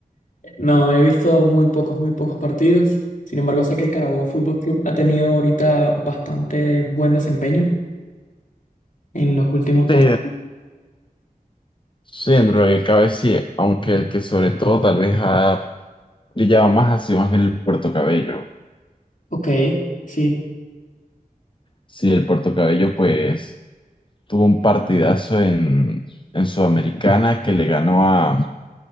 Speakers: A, on the left; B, on the left.
A: No, he visto muy pocos, muy pocos partidos. Sin embargo, sé que el Carabobo Fútbol Club ha tenido ahorita bastante buen desempeño en los últimos partidos.
B: Sí, Sí, dentro de lo que cabe sí, aunque el que sobre todo tal vez ha brillado más ha sido más bien el Puerto Cabello.
A: Ok, sí,
B: Sí, el Puerto Cabello pues tuvo un partidazo en, en Sudamericana que le ganó a